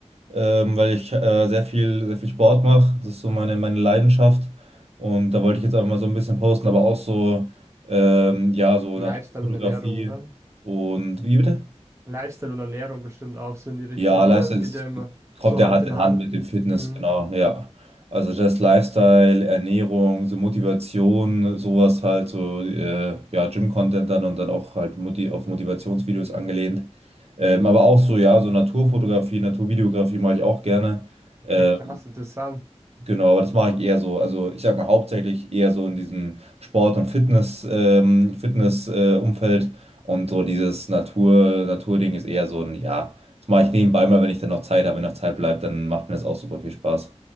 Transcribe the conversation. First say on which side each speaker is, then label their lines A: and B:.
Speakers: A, on the right (about 65°); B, on the right (about 25°).
A: ähm, weil ich äh, sehr viel, sehr viel Sport mache. Das ist so meine, meine Leidenschaft. Und da wollte ich jetzt einfach mal so ein bisschen posten, aber auch so, ähm, ja, so
B: Lifestyle
A: Naturfotografie.
B: und Ernährung, oder?
A: Und wie bitte?
B: Lifestyle und Ernährung bestimmt auch so in die Richtung,
A: Ja, Lifestyle
B: oder? Es geht
A: das
B: ja immer
A: kommt
B: so
A: ja
B: Hand
A: Hand
B: in
A: in
B: Hand.
A: Hand mit dem Fitness,
B: Hm.
A: genau, ja. Also das Lifestyle, Ernährung, so Motivation, sowas halt, so äh, ja, Gym-Content dann und dann auch halt Moti auf Motivationsvideos angelehnt. Ähm, aber auch so, ja, so Naturfotografie, Naturvideografie mache ich auch gerne.
B: Okay,
A: Ähm,
B: krass, interessant.
A: Genau, aber das mache ich eher so. Also ich sag mal hauptsächlich eher so in diesem Sport- und Fitness, ähm, Fitness, äh, Umfeld und so dieses Natur, Naturding ist eher so ein, ja, das mache ich nebenbei mal, wenn ich dann noch Zeit habe, wenn noch Zeit bleibt, dann macht mir das auch super viel Spaß.